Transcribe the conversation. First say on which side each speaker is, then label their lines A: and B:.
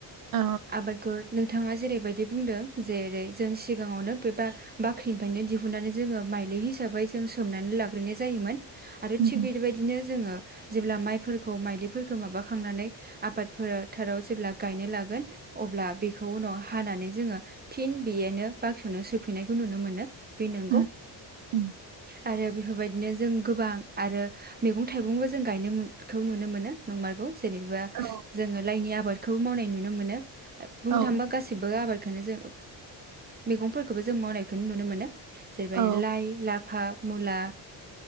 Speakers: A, on the right; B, on the right.
A: औ
B: आबादखौ नोंथाङा जेरैबायदि बुंदों जेरै जों सिगाङावनो बे बा बाख्रिनिफायनो दिहुननानै जोङो माइलि हिसाबै जों सोमनानै लाग्रोननाय जायोमोन । आरो
A: उम
B: थिग बेदि बायदिनो जोङो जेब्ला माइफोरखौ माइलिफोरखौ माबाखांनानै आबाद फोर थाराव जेब्ला गायनो लागोन अब्ला बेखौ उनाव हानानै जोङो थिन बेयोनो बाख्रियावनो सोफिननायखौ नुनो मोनो । बि नंगौ
A: उम
B: ।
A: उम
B: आरो बेफोरबायदिनो जों गोबां आरो मेगं थाइगंबो जों गायनो मुद खौ नुनो मोनो नंमारगौ । जेनेबा
A: औ
B: जोङो लाइनि आ बादखौ मावनाय नुनो मोनो बुंनो
A: औ
B: थाङोबा गासिबो आबाद खायनो जों मेगंफोरखौबो जों मावनायखौनो नुनो मोनो । जेरैबा
A: औ
B: लाइ लाफ फा मुला